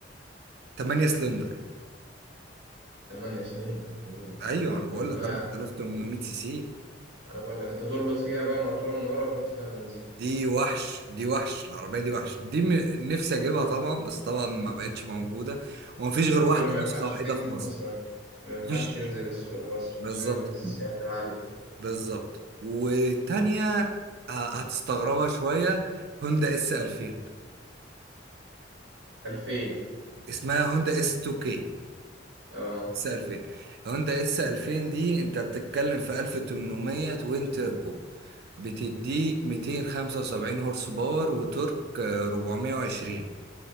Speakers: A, on the right; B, on the right.
A: 8 سلندر
B: 8 سلندر اوه
A: ايوه انا بقول
B: وانت
A: لك
B: بقى
A: 4800 سي سي
B: انا بقول لك انت تربط فيها بقى مقطوره من ورا وتحط فيها بنزين
A: دي وحش دي وحش العربية دي وحش دي م... نفسي اجيبها طبعا بس طبعا ما بقتش موجودة ومفيش غير واحدة
B: تقريبا ما
A: نسخة
B: ينفعش
A: واحدة
B: تنزل
A: في مصر
B: أصلا ما ينفعش
A: مفيش
B: تنزل السوق مصر
A: بالظبط
B: عشان السعرات العالية
A: بالظبط والتانية ه- هتستغربها شوية هوندا اس 2000
B: 2000
A: اسمها هوندا اس 2 كي
B: اه
A: اس 2000 هوندا اس 2000 دي انت بتتكلم في 1800 توين تيربو بتديك 275 هورس باور وتورك آه، 420